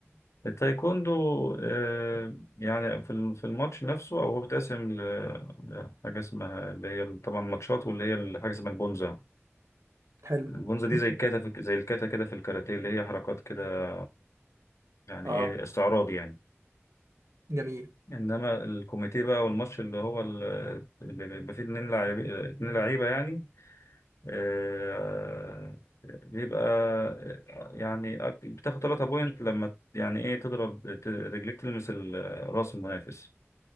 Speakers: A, on the left; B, on the right.
A: التايكوندو آه، يعني في ال- في الماتش نفسه او هو بيتقسم ل- لحاجه اسمها اللي هي طبعا ماتشات واللي هي حاجه اسمها البونزا
B: <coughs> حلو
A: البونزا
B: <coughs>
A: دي زي الكاتا في- زي الكاتا كده في الكاراتيه اللي هي حركات كده يعني
B: اه
A: ايه استعراض يعني
B: جميل
A: انما الكوميتيه بقى والماتش اللي هو ال- اللي بيبقى فيه اتنين لعيبه اتنين لعيبه يعني آه، بيبقى آه، يعني بتاخد 3 بوينت لما يعني ايه تضرب ت- رجليك تلمس ال- راس المنافس